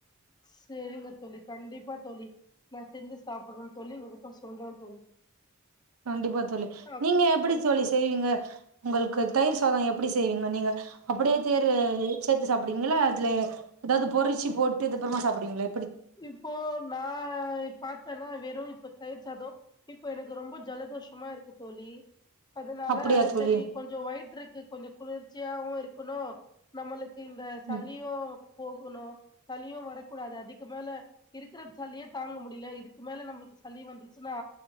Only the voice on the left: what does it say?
சேரிங்க தோழி கண்டிப்பா தோழி நான் செஞ்சு சாப்டுறே தோழி உங்கிட்ட சொல்றே தோழி
ஆ
இப்போ நான் பார்த்தேன்னா வெறு இப்போ தயிர் சாதோ இப்ப எனக்கு ரொம்ப ஜலதோஷமா இருக்கு தோழி அதனால
செரி கொஞ்சோ வயிற்றுக்கு கொஞ்சோ குளிர்ச்சியாவு இருக்கணு நம்மளுக்கு இந்த சல்லியு
போகணு சளியும் வரக்கூடாது அதிக் மேல இருக்கற சல்லியே தாங்க முடியல இதுக்கு மேல நம்மளுக்கு சளி வந்துச்சுன்னா